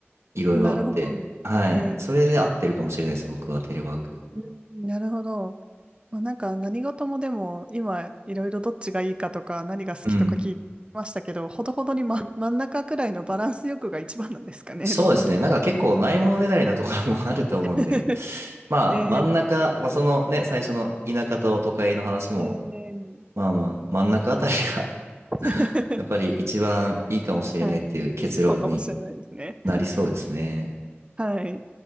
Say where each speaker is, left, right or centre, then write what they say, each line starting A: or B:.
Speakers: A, on the right; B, on the right.
A: いろいろあって。
B: なるほど。
A: はい。
B: ええ
A: それで合ってるかもしれないです、僕はテレワーク。
B: うんなるほど。まあ、なんか何事もでも今いろいろどっちがいいかとか何が好きとか聞きましたけど、
A: うん。
B: ほどほどに、ま、真ん中くらいのバランス欲が一番なんですかね。
A: そうですね。
B: <laughs> どうなんですか
A: なんか結構ないものねだりなところも <laughs> あると思うんで、
B: <laughs>
A: まあ真ん中、
B: えー
A: まあそのね、最初の田舎と都会の話も、
B: えー
A: まあまあ真ん中あたりが
B: <laughs>
A: <laughs> やっぱり一番いいかもしれないっていう結論に
B: はい。そうかもしれないですね。
A: なりそうですね。
B: はい。